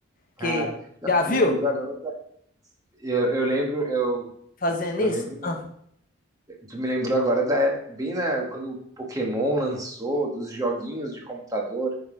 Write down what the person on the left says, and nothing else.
Que
já
viu
fazendo
isso?
Ah.